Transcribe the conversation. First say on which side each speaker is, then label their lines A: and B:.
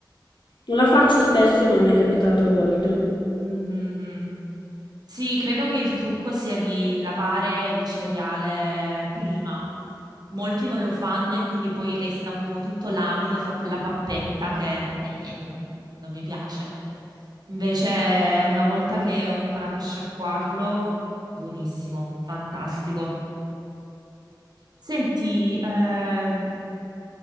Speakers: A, on the left; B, on the right.
A: Non la faccio spesso, ma mi è capitato a volte.
B: Mhm, mhm. Sì, credo che il trucco sia di lavare il cereale prima. Molti non lo fanno e quindi poi resta un po' tutto l'amido, fa quella pappetta che eh, eh, non, non mi piace. Invece, una volta che ho imparato a sciacquarlo, buonissimo, fantastico. Senti, ehm,